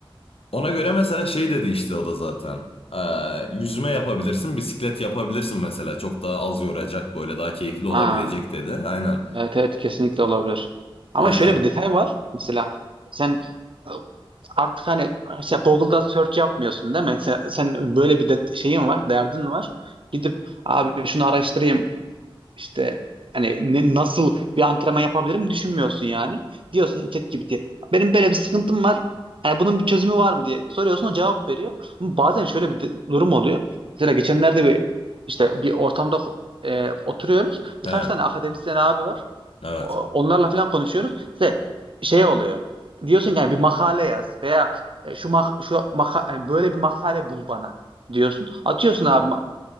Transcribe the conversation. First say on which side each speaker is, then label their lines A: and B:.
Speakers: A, on the left; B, on the right.
A: Ona göre mesela şey dedi işte o da zaten. Ee, yüzme yapabilirsin, bisiklet yapabilirsin mesela. Çok daha az yoracak böyle daha keyifli olabilecek
B: ha,
A: dedi. Aynen.
B: evet evet kesinlikle olabilir. Ama
A: Aynen.
B: şöyle bir detay var. Mesela sen e, artık hani işte Google'da search yapmıyorsun değil mi? Sen, sen böyle bir de şeyin var, derdin var. Gidip abi şunu araştırayım İşte hani ne- nasıl bir antrenman yapabilirim düşünmüyorsun yani. Diyorsun ChatGPT benim böyle bir sıkıntım var. Hani bunun bir çözümü var mı diye soruyorsun o cevap veriyor. Ama bazen şöyle bir de- durum oluyor. Mesela geçenlerde bir işte bir ortamda e, oturuyoruz.
A: He.
B: Birkaç tane akademisyen abi var.
A: Evet.
B: O- Onlarla falan konuşuyoruz. İşte şey oluyor. Diyorsun ki yani bir makale yaz veya e, şu mak şu maka yani böyle bir makale bul bana diyorsun. Atıyorsun abi ma-